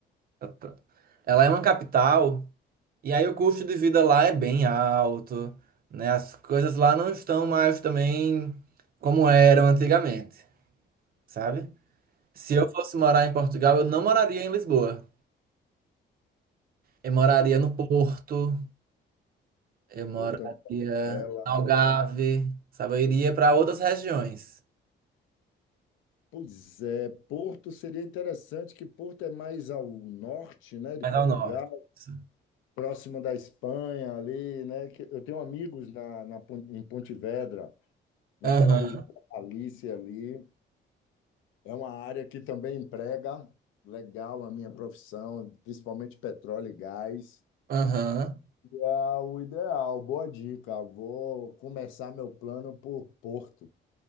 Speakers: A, on the right; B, on the left.
A: Tá, tá. Ela é uma capital, e aí o custo de vida lá é bem alto, né? As coisas lá não estão mais também como eram antigamente, sabe? Se eu fosse morar em Portugal, eu não moraria em Lisboa. Eu moraria no Porto, eu moraria
B: porta, janela.
A: em Algarve, sabe? Eu iria para outras regiões.
B: Pois é, Porto seria interessante, que Porto é mais ao norte, né, de
A: Mais
B: Portugal,
A: ao norte. isso.
B: próximo da Espanha ali, né, que eu tenho amigos na, na Pon- em Pontevedra, naquela
A: Aham,
B: região da Galícia ali, é uma área que também emprega legal a minha profissão, principalmente petróleo e gás,
A: aham.
B: e é o ideal, boa dica, vou começar meu plano por Porto.